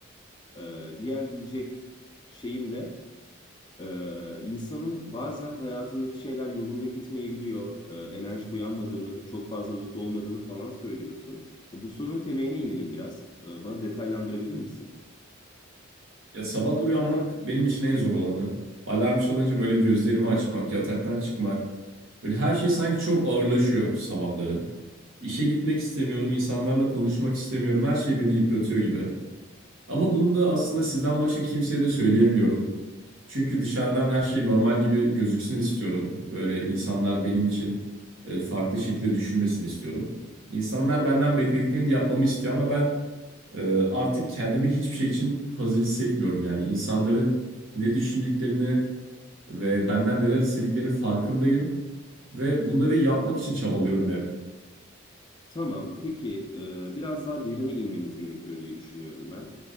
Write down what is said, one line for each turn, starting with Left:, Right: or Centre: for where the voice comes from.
Left: Ee, diğer diyecek şeyim de Ee, insanın bazen hayatındaki şeyler yolunda gitmeyebiliyor. Ee, enerjik uyanmadığını, çok fazla mutlu olmadığını falan söylüyorsun. Bu sorunun temeline inelim biraz. Ee, bana detaylandırabilir misin?
Right: ya sabahları uyanmak benim için en zor olanı. Alarm çalınca böyle gözlerimi açmak, yataktan çıkmak. Böyle her şey sanki çok ağırlaşıyor sabahları. İşe gitmek istemiyorum, insanlarla konuşmak istemiyorum. Her şey beni yıpratıyor gibi. Ama bunu da aslında sizden başka kimseye de söyleyemiyorum. Çünkü dışarıdan her şey normal gibi gözüksün istiyorum. Böyle insanlar benim için e, farklı şekilde düşünmesini istiyorum. İnsanlar benden beklediklerini yapmamı istiyor ama ben e, artık kendimi hiçbir şey için hazır hissetmiyorum yani. İnsanların ne düşündüklerini ve benden neler istediklerini farkındayım ve bunları yapmak için çabalıyorum hep.
Left: Tamam. Peki e, biraz daha derine inmemiz gerekiyor diye düşünüyorum ben.